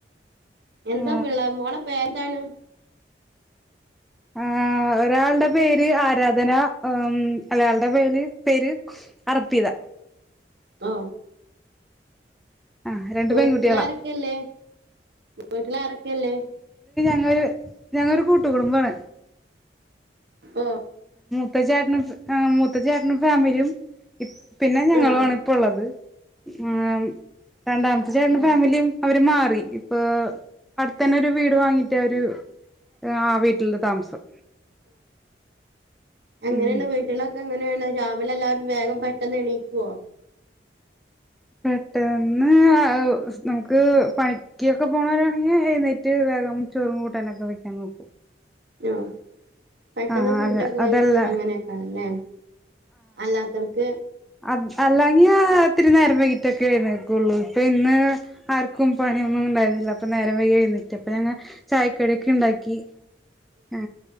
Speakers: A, on the right; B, in the centre.
A: എന്താ
B: ആ
A: പിള്ളേ മോളെ പേര എന്താണ്
B: ആ ഒരാളുടെ പേര് ആരാധന ഉം അലയാളുടെ പേര് പേര് അർപ്പിത
A: ആ
B: ആ രണ്ട്
A: വീട്ടില
B: പെൺകുട്ടികളാ
A: ആരൊക്കെയല്ലേ വീട്ടില ആരൊക്കെയല്ലേ
B: ഞങ്ങ ഞങ്ങൊരു കൂട്ടുകടുംബമാണ്
A: ഉ ഓ
B: മൂത്ത ചേട്ടനും മൂത്ത ചേട്ടനും ഫാമിലിയും പിന്നെ ഞങ്ങളുംആണ്
A: ആ
B: ഇപ്പ ഉള്ളത് ആ രണ്ടാമ സുജേട്ട്ന്റെ ഫാമിലിയും അവര് മാറി ഇപ്പൊ അടുത്തെന്നെ ഒരു വീട് വാങ്ങിട്ട് അവര് ആ വീട്ടില് താമസം
A: എങ്ങനേണ്
B: ഉം
A: വീട്ടിലൊക്കെങ്ങനേണ് രാവിലെ എല്ലാരും വേഗം പെട്ടെന്ന് എണീക്കോ
B: പെട്ടെന്ന് അ ഉസ് നമുക്ക് പണിക്ക്യോക്കെ പോണോരാണെങ്കി എഴുന്നേറ്റ് വേഗം ചോറും കൂട്ടാനൊക്കെ വെക്കാൻ നോക്കും
A: ഞ്ഞോഹ് പെട്ടെന്ന്
B: ആ
A: ഫുണ്ടൊക്കെ
B: അതെ
A: കഴിച്
B: അതല്ല
A: അങ്ങനെക്കെ ആണ്ല്ലേ അല്ലാത്തർക്ക്
B: അ അല്ലങ്കി ആ ഇത്തിരിനേരം വൈകിട്ടൊക്കെ എഴുന്നേൽക്കുള്ളൂ ഇപ്പൊ ഇന്ന് ആർക്കും പണിയ ഒന്നും ഇണ്ടായിരു ഇല്ല അപ്പ നേരം വൈയ്കി എഴുനേറ്റ് അപ്പ ഞാങ്ങ ചായക്കടി ഒക്കെ ഉണ്ടാക്കി ആ